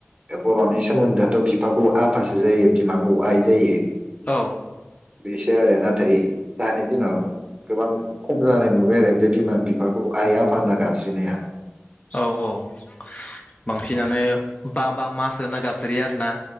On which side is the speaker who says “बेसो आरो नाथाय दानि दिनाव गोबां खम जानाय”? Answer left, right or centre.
Right